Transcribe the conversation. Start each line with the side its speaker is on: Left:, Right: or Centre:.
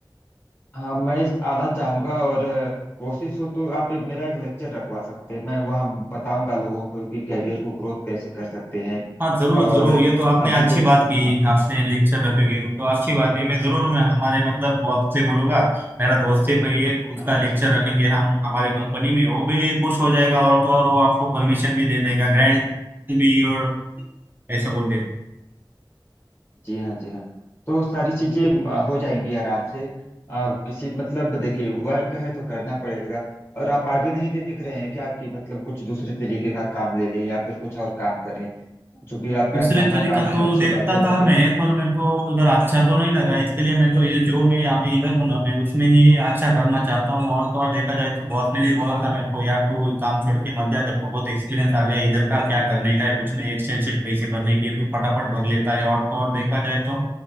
Left: हाँ मैं इस- आना चाहूंगा और अ, कोशिश हो तो आप एक मेरा एक लेक्चर रखवा सकते हैं मैं वहाँ बताऊंगा लोगों को कि कैरियर को ग्रोथ कैसे कर सकते हैं
Right: हाँ जरूर
Left: और
Right: जरूर
Left: अ,
Right: ये तो आपने
Left: अभी
Right: अच्छी
Left: जो
Right: बात की
Left: हाँ
Right: आपने लेक्चर रखोगे तो अच्छी बात है मैं जरूर मैं हमारे मतलब बॉस से बोलूंगा मेरा दोस्त है भाई है तो उसका
Left: हाँ
Right: लेक्चर
Left: जी
Right: रखेंगे हम हमारे कंपनी में वो भी खुश हो जाएगा और तो और वो आपको परमिशन भी दे देगा ग्रैंड भी और ऐसा बोल देगा
Left: जी हाँ जी हाँ तो सारी चीजें म, हो जाएंगी आराम से अ, किसी मतलब देखिए वर्क है तो करना पड़ेगा और आप आगे नहीं देख रहे हैं क्या कि मतलब कुछ दूसरे तरीके का काम ले लें या फिर कुछ और काम करें चूंकि आपका
Right: दूसरे
Left: ये पहला
Right: तरीका
Left: काम
Right: तो
Left: है अच्छी
Right: देखता
Left: बात है लेकिन
Right: था मैं पर मेरे को उधर अच्छा तो नहीं लगा इसके लिए मैं तो ये जो मैं अभी इधर हूँ ना मैं उसमें ही अच्छा करना चाहता हूँ और तो और देखा जाए तो बॉस ने भी बोला था मेरे को यार तू काम छोड़ के मत जा तेरे को बहुत एक्सपीरियंस आ गया इधर का क्या करने का है कुछ नहीं एक्सेल शीट कैसे भरने की है तू फटाफट भर लेता है और तो और देखा जाए तो